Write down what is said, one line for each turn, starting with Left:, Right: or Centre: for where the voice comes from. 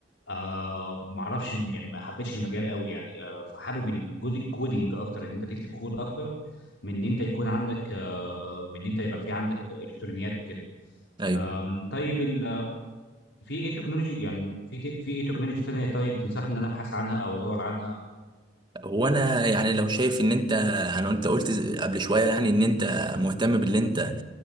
Left: آه ما اعرفش يعني ما حبيتش المجال قوي يعني آه فحابب الجزء الكودينج اكتر ان انت تكتب كود اكتر من ان انت يكون عندك آه آه، من ان انت يبقى في عندك الكترونيات وكده
Right: ايوه
Left: آم، طيب ال... في ايه تكنولوجي يعني في ت- في ايه تكنولوجي تانية طيب تنصحني ان انا ابحث عنها او ادور عنها
Right: هو انا يعني لو شايف ان انت انا انت قلت ز- قبل شويه يعني ان انت مهتم باللي انت